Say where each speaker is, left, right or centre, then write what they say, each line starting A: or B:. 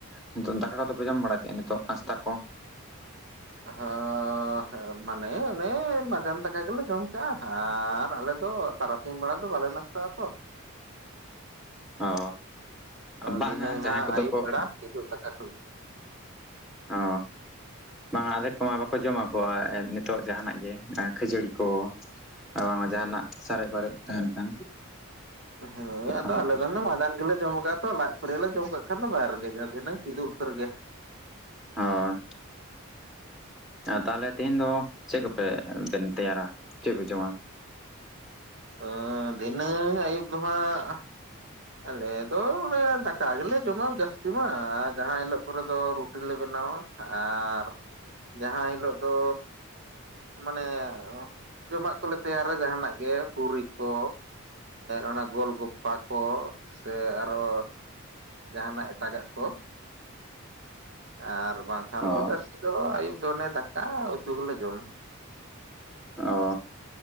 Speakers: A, in the centre; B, on the right (about 55°).
A: ᱱᱤᱛᱚᱜ ᱫᱟᱠᱟ ᱠᱚᱫᱚ ᱯᱮ ᱡᱚᱢ ᱵᱟᱲᱟ ᱠᱮᱫᱟ ᱱᱤᱛᱚᱜ ᱟᱥᱛᱟ ᱠᱚ
B: ᱦᱮᱸ ᱢᱟᱱᱮ ᱚᱱᱮ ᱢᱟᱡᱟᱱ ᱫᱟᱠᱟ ᱜᱮᱞᱮ ᱡᱚᱢ ᱠᱟᱜᱼᱟ ᱟᱨ ᱟᱞᱮ ᱫᱚ ᱟᱞᱮ ᱫᱚ ᱛᱟᱨᱟᱥᱤᱧ ᱵᱮᱲᱟ ᱫᱚ ᱵᱟᱞᱮ ᱱᱟᱥᱟᱜᱼᱟ ᱛᱚ
A: ᱚ ᱵᱟᱝᱟ
B: ᱫᱷᱤᱱᱟᱹᱝ
A: ᱡᱟᱦᱟᱸᱭ
B: ᱦᱟᱸᱜ
A: ᱠᱚᱫᱚ
B: ᱟᱹᱭᱩᱵ
A: ᱠᱚ
B: ᱵᱮᱲᱟ ᱠᱤᱫᱩᱜ ᱛᱟᱠᱟ ᱠᱚ
A: ᱚ ᱵᱟᱝ ᱟᱫᱮᱠ ᱠᱚᱢᱟ ᱵᱟᱠᱚ ᱡᱚᱢᱟ ᱠᱚ ᱱᱤᱛᱚᱜ ᱡᱟᱦᱟᱱᱟᱜ ᱜᱮ ᱠᱷᱟᱹᱡᱟᱹᱲᱤ ᱠᱚ ᱟᱨ ᱵᱟᱝᱟ ᱡᱟᱦᱟᱱᱟᱜ ᱥᱟᱨᱮᱡ ᱵᱟᱨᱮᱡ ᱛᱟᱦᱮᱱ ᱠᱷᱟᱱ
B: ᱦᱮᱸ
A: ᱦᱳᱭ
B: ᱟᱫᱚ ᱟᱞᱮ ᱫᱚ ᱢᱟᱡᱟᱱ ᱜᱮᱞᱮ ᱡᱚᱢ ᱟᱠᱟᱫ ᱛᱚ ᱞᱟᱡ ᱟᱞᱮ ᱞᱮ ᱡᱚᱢ ᱟᱠᱟᱫ ᱠᱷᱟᱱ ᱡᱚᱢ ᱠᱟᱜ ᱠᱷᱟᱱ ᱫᱚ ᱵᱟᱭ ᱨᱮᱜᱮ ᱫᱷᱤᱱᱟᱹᱝ ᱠᱤᱫᱩᱵ ᱩᱛᱟᱹᱨ ᱜᱮ
A: ᱦᱳᱭ ᱛᱟᱦᱞᱮ ᱛᱮᱦᱤᱧ ᱫᱚ ᱪᱮᱫ ᱠᱚᱯᱮ ᱛᱮᱭᱟᱨᱟ ᱪᱮᱫ ᱯᱮ ᱡᱚᱢᱟ
B: ᱚ ᱫᱷᱤᱱᱟᱹᱝ ᱟᱹᱭᱩᱵ ᱟ ᱫᱚ ᱦᱟᱸᱜ ᱟᱞᱮ ᱫᱚ ᱚᱱᱮ ᱫᱟᱠᱟ ᱜᱮᱞᱮ ᱡᱚᱢᱟ ᱡᱟᱹᱥᱛᱤ ᱛᱤ ᱢᱟ ᱟᱨ ᱡᱟᱦᱟᱸ ᱦᱤᱞᱚᱜ ᱠᱚᱨᱮ ᱫᱚ ᱨᱩᱴᱤᱞ ᱞᱮ ᱵᱮᱱᱟᱣᱟ ᱟᱨ ᱡᱟᱦᱟᱸ ᱦᱤᱞᱳᱜ ᱫᱚ ᱢᱟᱱᱮ ᱡᱚᱢᱟᱜ ᱠᱚᱞᱮ ᱛᱮᱭᱟᱨᱟ ᱡᱟᱦᱟᱱᱟᱜ ᱜᱮ ᱯᱩᱨᱤ ᱠᱚ ᱚᱱᱟ ᱜᱳᱞ ᱜᱚᱯᱟ ᱠᱚ ᱥᱮ ᱟᱨᱦᱚ ᱡᱟᱦᱟᱱᱟᱜ ᱮᱴᱟᱜᱟᱜ ᱠᱚ ᱟᱨ ᱵᱟᱝᱠᱷᱟᱱ
A: ᱚ
B: ᱫᱚ ᱡᱟᱹᱥᱛᱤ ᱫᱚ ᱟᱹᱭᱩᱵ ᱫᱚ ᱚᱱᱮ ᱫᱟᱠᱟ ᱩᱛᱩ ᱜᱮᱞᱮ ᱡᱚᱢᱟ
A: ᱚ